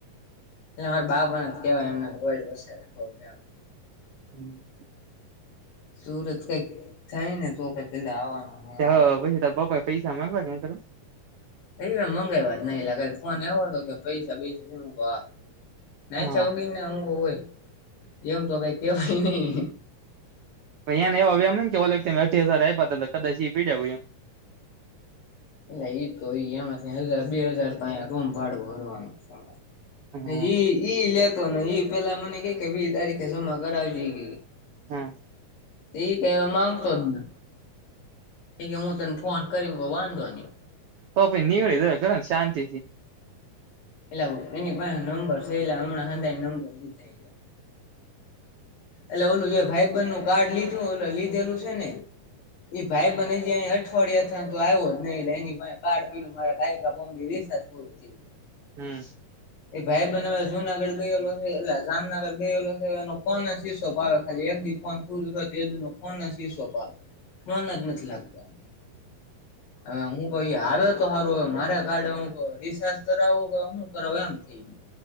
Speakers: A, on the left; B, on the right.
A: એટલે અમાર બાપણ જ કેવાય <inaudible>
B: હમ.. <inaudible>
A: સુરત કઈક થાય ને તો કઈક લા આવવાનું મેળ
B: ત હાહા
A: આવે
B: પાહિ તાર બાપા એ પૈસા માંગવા ત
A: એ મંગાવ્યા જ નઈ લા ફોન આવ્યો હતો કે પૈસા બૈસા હે કે મેં કીધું હા નાથ્યાં
B: હા
A: વગરના ન ઊઘ હોય એમ તો કઈ કેવાય નહી
B: પહી ને એવા વેમ હોય ને કે ઓ અઢી હજાર આપ્યા હતા કદાચ એ પીડ્યાય હોય એમ
A: ના ઇ તો એમાંથી હજ બે હજાર તો અયા રૂમ ભાડું ભરવાનું હ અમાર
B: એમ
A: ના
B: હા
A: ઇ ઈ લેતો ને ઈ પેલા મને કે વીસ તારીખે જમા કરાવ જે ઈ કે
B: હ
A: તે એ કેવા માંગતો જ ને એ કે હું તને ફોન કર્યો કે વાંધો નહી
B: તો પણ <inaudible> ને શાંતિથી
A: એલાઓ એની પાહે નંબર સે એલા હમણાં હને નંબર લીધા એટલે ઓલું જે ભાઈબંધનું કાર્ડ લીધું ઓલું લીધેલું છે ને એ ભાઈબંધ એ કેઈ અઠવાડિયા તો આવ્યો જ નહી એટલે એની પાહે કાર્ડ પડ્યું મારે ઘાએ ઘા ફોન માં રિચાર્જ પૂરું થઈ ગયુ
B: હમ
A: એ ભાઈબંદ હવે જુનાગઢ ગયેલો છે. એટલે જામનગર ગયેલો છે એનો ફોન જ સ્વિચ ઓફ આવે ખાલી એક દી ફોન <unintelligible> તેદી નો ફોન જ ન સ્વિચૉફ આવે ફોન જ નથી લાગતો એ હું કઈ આવ્યો તો તો સારું હો મારે કાર્ડ હું કવ રિસાર્જ કરાવું કે હું કરાવ એમ થઈ ગયો